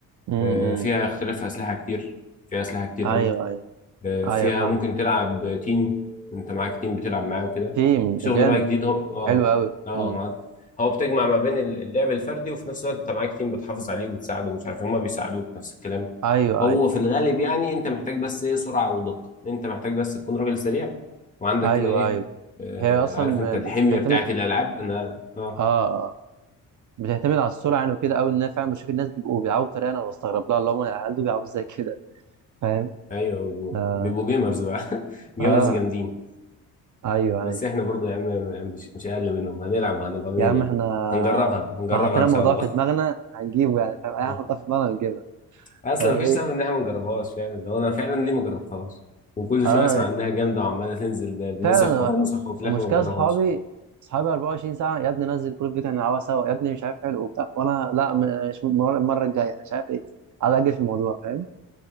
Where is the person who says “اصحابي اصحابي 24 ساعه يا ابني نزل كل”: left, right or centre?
Right